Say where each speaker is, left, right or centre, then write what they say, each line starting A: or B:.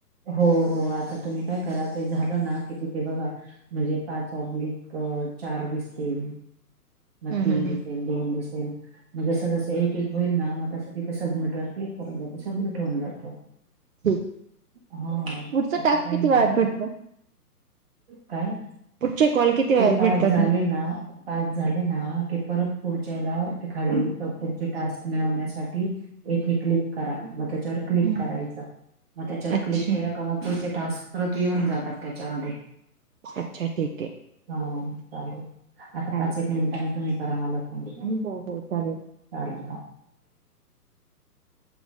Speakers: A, on the right (about 40°); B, on the right (about 55°).
A: हो हो आता तुम्ही काय करा ते झालं ना कि तिथे बघा.. म्हणजे पाच ऑब्लिक चार दिसतील. मग
B: हम्
A: तीन
B: हम
A: दिसतील,
B: हम
A: दोन दिसतील, मग जस जसं एक एक होईल ना मग तस... त सबमिट वर क्लिक करून जातो सबमिट होऊन जातं.
B: ठीक
A: हा त्याच
B: पुढचा टास्क
A: काही
B: किती
A: नाही
B: वेळात
A: एवढं.
B: भेटत?
A: काय
B: पुढचे कॉल किती वेळात
A: ते पाच
B: भेटतात
A: झाली
B: मग
A: ना.... झाले ना क परत पुढच्याला ते खाली पुढचे टास्क मिळवण्यासाठी... एक क्लिक करा मग त्याच्या क्लिक
B: हम्म
A: करायचं मग त्याच्यावर
B: अच्छा
A: क्लिक केलं का मग पुढचे टास्क परत येऊन जातात. त्याच्यामध्ये
B: अच्छा ठीक आहे
A: ह चालेल आता.
B: चालेल
A: मिनिटांने तु्ही करा मला <unintelligible>
B: हो हो चालेल
A: चालेल.